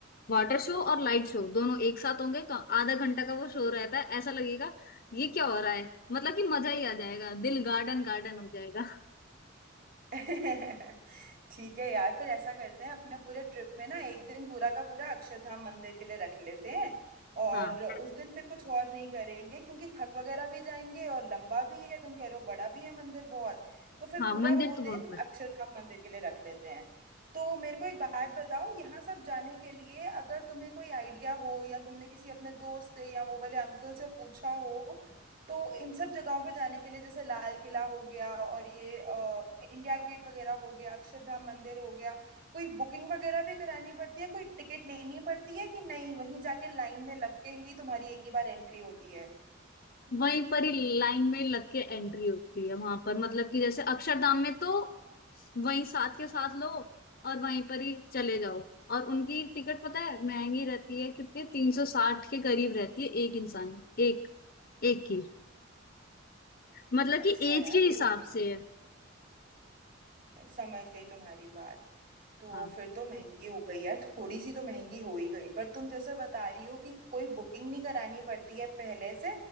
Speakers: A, on the left; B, on the right.
A: वाटर शो और लाइट शो दोनों एक साथ होंगे क- आधा घंटा का वो शो रहता है ऐसा लगेगा ये क्या हो रहा है मतलब कि मजा ही आ जाएगा दिल गार्डन गार्डन हो जाएगा
B: दिन <laughs> ठीक है यार फिर ऐसा करते हैं अपने पूरे ट्रिप में ना एक दिन पूरा का पूरा अक्षरधाम मंदिर के लिए रख लेते हैं और
A: हाँ
B: उस दिन फिर कुछ और नहीं करेंगे क्योंकि थक वगैरह भी जाएंगे और लंबा भी है तुम कह रहे हो बड़ा भी है मंदिर बहुत तो फिर
A: हाँ
B: पूरा
A: मंदिर
B: वो
A: तो बहुत
B: दिन
A: बड़ा
B: अक्षरधाम मंदिर के लिए रख लेते हैं तो मेरे को एक बात बताओ यहाँ सब जाने के लिए अगर तुम्हें कोई आइडिया हो या तुमने किसी अपने दोस्त से या वो वाले अंकल से पूछा हो तो इन सब जगहों पे जाने के लिए जैसे लाल किला हो गया और ये अ, इंडिया गेट वगैरह हो गया अक्षरधाम मंदिर हो गया कोई बुकिंग वगैरह भी करानी पड़ती है कोई टिकट लेनी पड़ती है कि नहीं वहीं जाके लाइन में लग के ही तुम्हारी एक ही बार एंट्री होती है
A: वहीं पर ही लाइन में लग के एंट्री होती है वहां पर मतलब कि जैसे अक्षरधाम में तो वहीं साथ के साथ लो और वहीं पर ही चले जाओ और उनकी टिकट पता है महंगी रहती है कितने तीन सौ साठ के करीब रहती है एक इंसान एक एक की मतलब
B: अच्छा
A: कि एज
B: यार
A: के
B: ये
A: हिसाब
B: तो महंगी
A: से है
B: समझ गई तुम्हारी बात तो
A: हाँ
B: फिर तो महंगी हो गई यार थोड़ी सी तो महंगी हो ही गई पर तुम जैसे बता रही हो कि कोई बुकिंग नहीं करानी पड़ती है पहले से